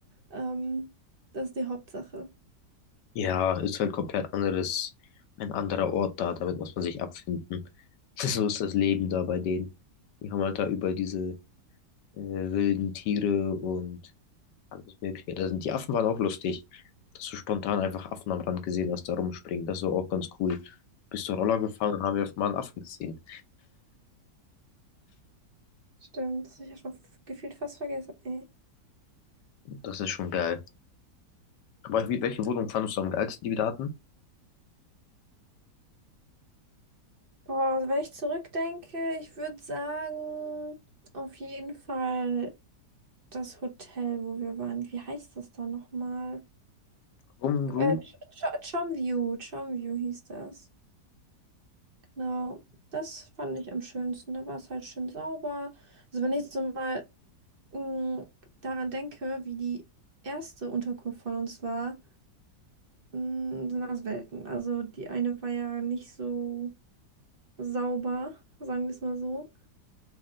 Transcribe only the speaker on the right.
Ähm, das ist die Hauptsache.
Stimmt, das hab ich ja schon f- gefühlt fast vergessen. Äh.
Boah, also wenn ich zurückdenke, ich würde sagen, auf jeden Fall das Hotel, wo wir waren. Wie heißt das da nochmal?
Äh, Ch Ch- Chomview, Chomview hieß das. Genau. Das fand ich am schönsten. Da war es halt schön sauber. Also wenn ich jetzt so mal mh, daran denke, wie die erste Unterkunft von uns war, mh, sind das Welten. Also die eine war ja nicht so sauber, sagen wir es mal so.